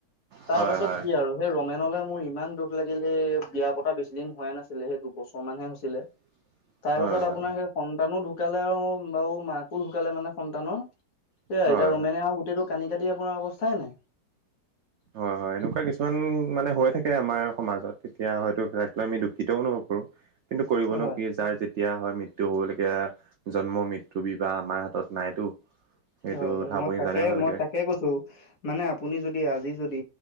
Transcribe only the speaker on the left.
তাৰপাছত
সেয়া আৰু সেই ৰমেনলৈ মোৰ ইমান দুখ লাগিল সেই বিয়া পতা বেছি দিন হোৱাই নাছিলে, সেই দুবছৰ মানহে হৈছিলে।
তাৰপাছত আপোনাৰ
সেই সন্তানো ঢুকালে আৰু বাৰু মাকো ঢুকালে মানে সন্তানৰ।
এতিয়া ৰমেনে গোটেইটো কানি-কাটি আপোনাৰ অৱস্থাই নাই।
নাই। হয়।
হয়,
হয়। মই
তাকে
মই তাকে কৈছো মানে আপুনি যদি আজি যদি